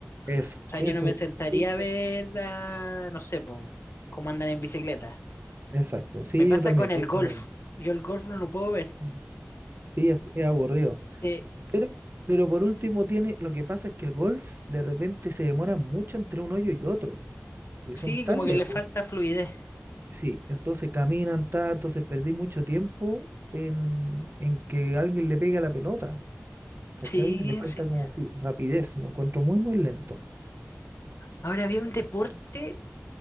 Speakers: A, on the right; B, on the left.
A: eso,
B: O sea,
A: eso,
B: yo no me sentaría
A: eso,
B: a ver, a, no sé, po, cómo andan en bicicleta.
A: exacto. Sí,
B: Me pasa
A: yo también
B: con el
A: pienso
B: golf.
A: lo mismo.
B: Yo el golf no lo puedo ver.
A: Mm. Sí, es, es aburrido.
B: Eh,
A: Pero, pero por último tiene, lo que pasa es que el golf de repente se demora mucho entre un hoyo y otro, porque
B: sí,
A: son tan
B: como que
A: lejos.
B: le falta fluidez.
A: Sí, entonces caminan, ta, entonces perdí mucho tiempo en, en que alguien le pegue a la pelota, ¿cachai?
B: Sí,
A: Le falta
B: sí.
A: como si rapidez, lo encuentro muy, muy lento.
B: Ahora había un deporte